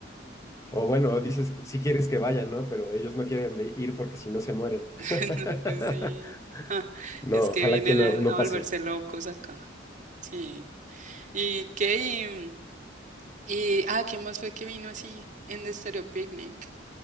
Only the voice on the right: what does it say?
<laughs>
No, pues sí. Ah,
es que
vienen
a, a volverse
locos acá. Sí. ¿Y qué? Y, y- ah, ¿quién más fue que vino así en The Stereo Picnic?